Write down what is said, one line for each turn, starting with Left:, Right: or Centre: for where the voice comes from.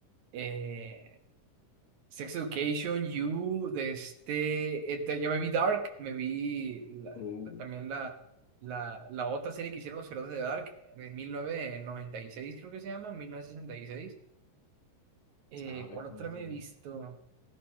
Right: Eh, Sex Education, You, de este, eh, te- ya me vi Dark, me vi la-
Left: Uh,
Right: la- también la, la, la otra serie que hicieron los creadores de Dark, de 1996 creo que se llama, 1966. Eh,
Left: a ver,
Right: ¿cuál otra
Left: ¿cómo
Right: me
Left: sería?
Right: he visto?